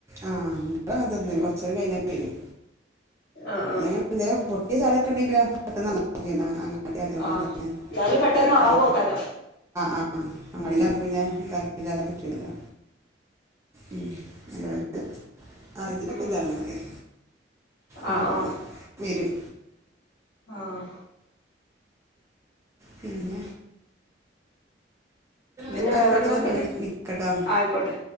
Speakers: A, on the right; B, on the left.
A: ആഹ് ഇവിടെ തന്നെ കുറച്ചുനേരം കഴിഞ്ഞാൽ വരും
B: ആഹ്
A: <unintelligible>
B: ആഹ്
A: ഈ സാധനം ഒക്കെ ഉണ്ടകിൽ പെട്ടന്ന് <unintelligible> അതെ അതുകൊണ്ട്
B: ആഹ്
A: തന്നെ
B: എന്നാലും പെട്ടെന്ന് ആവോക്കാരം
A: ആഹ് ആഹ് ആ അങ്ങടിആകുബോ പിന്നെ കാരണ്ട് ഇല്ലാതെ പറ്റൂലല്ലോ ഉം അതുപോല്ലെ ആ ഇതിനലൊക്കെ
B: ഉം
A: ഇതാണ്ന് പറയാ പെട്ടെന്ന്
B: ആഹ് ആഹ്
A: വരും
B: ആഹ്
A: പിന്നെ
B: പിന്നെ
A: എന്നായിക്കോട്ടേ
B: വേറെന്താന്നാല്
A: പിനെ വിളിക്കാട്ടോ
B: ആയിക്കോട്ടെ